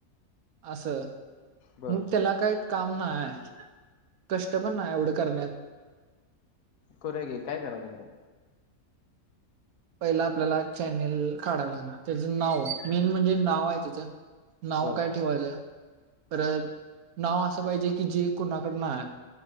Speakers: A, on the right; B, on the left.
A: असं.
B: बर
A: मग त्याला काही काम नाही कष्ट पण नाही. एवढ कर
B: करूया की काय करा खरं
A: पहिला आपल्याला चॅनेल काढावे लागणार त्याचं नाव मेन म्हणजे नाव आहे तिचंहा नाव
B: बर
A: काय ठेवायचं परत नाव असं पाहिजे की जे कोणाकड नाय.